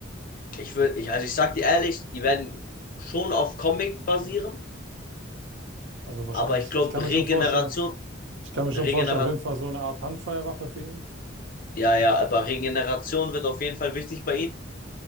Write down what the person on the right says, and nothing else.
also wahrscheinlich.
Ich kann mir
schon vorstellen, Ich kann mir schon
vorstellen, auf jeden Fall so eine Art Handfeuerwaffe für ihn.